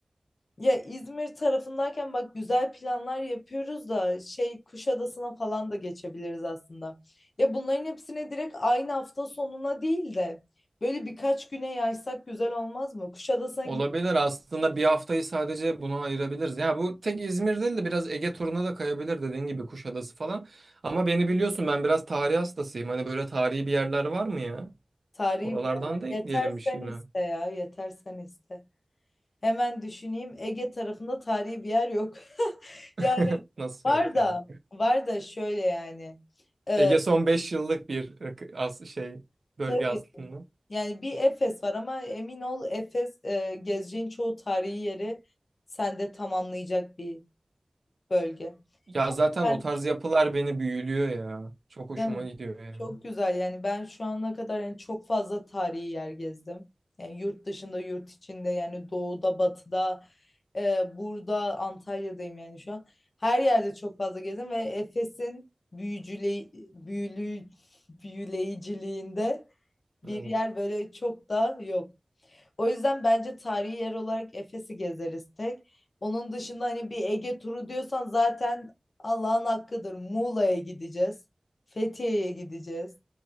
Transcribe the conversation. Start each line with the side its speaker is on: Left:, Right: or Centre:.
Left: Ya İzmir tarafındayken bak güzel planlar yapıyoruz da şey Kuşadası'na falan da geçebiliriz aslında. Ya bunların hepsine direkt aynı hafta sonuna değil de böyle birkaç güne yaysak güzel olmaz mı? Kuşadası'na
Right: Olabilir
Left: git
Right: aslında bir haftayı sadece buna ayırabiliriz. Ya bu tek İzmir değil de biraz Ege turuna da kayabilir dediğin gibi Kuşadası falan. Ama beni biliyorsun ben biraz tarih hastasıyım. Hani böyle tarihi bir yerler var mı ya?
Left: tarihi
Right: Oralardan
Left: bir yerler.
Right: da ekleyelim
Left: Yeter
Right: bir şeyine.
Left: sen iste ya, yeter sen iste. Hemen düşüneyim. Ege tarafında tarihi bir yer yok. <laughs>
Right: <laughs>
Left: Yani
Right: Nasıl
Left: var
Right: yok
Left: da
Right: ya?
Left: var da şöyle yani. Ee,
Right: Ege son 5 yıllık bir ık- as şey bölge
Left: tabii
Right: aslında.
Left: Yani bir Efes var ama emin ol Efes e, gezeceğin çoğu tarihi yeri sende tamamlayacak bir bölge.
Right: Ya zaten
Left: Ben
Right: o tarz yapılar beni büyülüyor ya. Çok hoşuma
Left: ben-
Right: gidiyor yani.
Left: çok güzel yani ben şu ana kadar yani çok fazla tarihi yer gezdim. Yani yurt dışında yurt içinde yani doğuda batıda e, burada Antalya'dayım yani şu an. Her yerde çok fazla gezdim ve Efes'in büyücüle büyülü büyüleyiciliğinde bir
Right: Evet.
Left: yer böyle çok da yok. O yüzden bence tarihi yer olarak Efes'i gezeriz tek. Onun dışında hani bir Ege turu diyorsan zaten Allah'ın hakkıdır. Muğla'ya gideceğiz. Fethiye'ye gideceğiz.